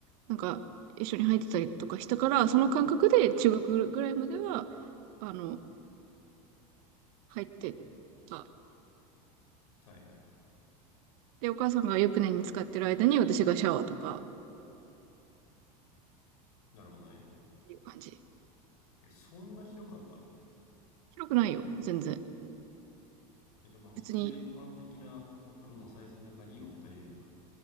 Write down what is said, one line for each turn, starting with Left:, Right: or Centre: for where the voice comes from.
Right: なんか、一緒に入ってたりとかしたから、その感覚で中学ぐらいまでは、あの、入ってた
Left: いはいはい。
Right: で、お母さんが湯船に使ってる間に私がシャワーとか
Left: なるほどね。
Right: っていう感じ。
Left: え、そんな広かったの
Right: 広くないよ、全然。
Left: え、じゃあまあ普通の一般的なお風呂のサイズの中に今二人いるんだ。
Right: 別に。